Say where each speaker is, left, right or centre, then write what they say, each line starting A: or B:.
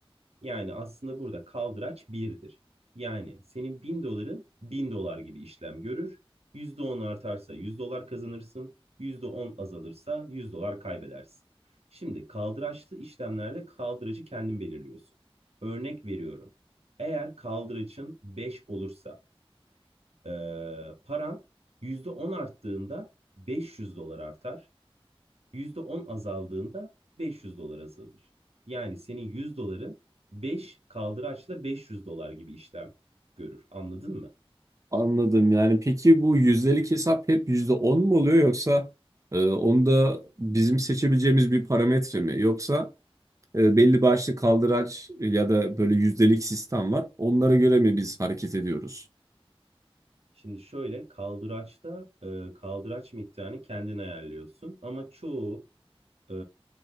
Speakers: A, on the right; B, on the right.
A: Yani aslında burada kaldıraç birdir. Yani senin 1000 doların 1000 dolar gibi işlem görür. %10 artarsa 100 dolar kazanırsın. %10 azalırsa 100 dolar kaybedersin. Şimdi kaldıraçlı işlemlerde kaldıracı kendin belirliyorsun. Örnek veriyorum. Eğer kaldıraçın 5 olursa eee paran %10 arttığında 500 dolar artar. %10 azaldığında 500 dolar azalır. Yani senin 100 doların 5 kaldıraçla 500 dolar gibi işlem görür. Anladın mı?
B: anladım yani peki bu yüzdelik hesap hep %10 mu oluyor yoksa e, onu bizim seçebileceğimiz bir parametre mi yoksa E, belli başlı kaldıraç e, ya da böyle yüzdelik sistem var. Onlara göre mi biz hareket ediyoruz?
A: Şimdi şöyle kaldıraçta e, kaldıraç miktarını kendin ayarlıyorsun ama çoğu e,